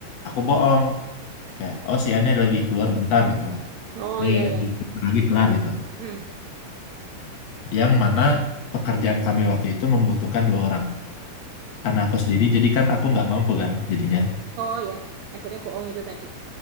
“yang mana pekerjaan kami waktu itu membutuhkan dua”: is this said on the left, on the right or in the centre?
Left